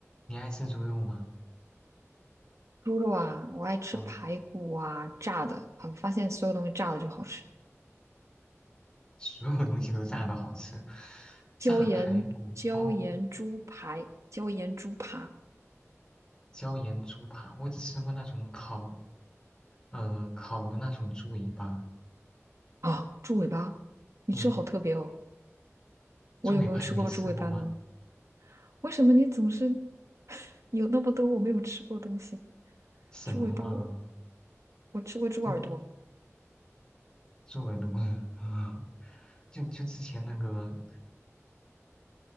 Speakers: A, on the left; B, on the right.
A: 你爱吃猪肉吗？
B: 猪肉啊，我爱吃排骨啊，
A: 啊，
B: 炸的啊，我发现所有东西炸的就好吃。
A: 所有东西都炸的好吃，炸排骨哦，
B: 椒盐椒盐猪排，椒盐猪扒
A: 椒盐猪扒，我只吃过那种烤，嗯、烤的那种猪尾巴，
B: 啊，猪尾巴，你吃好特别哦。
A: 嗯，
B: 我有没有吃过猪尾巴呢？
A: 猪尾巴你没吃过吗？
B: 为什么你总是 <laughs> 有那么多我没有吃过的东西？
A: 什么嘛，
B: 猪尾巴我我吃过猪耳朵，
A: 就猪耳朵，<laughs> 嗯，就就之前那个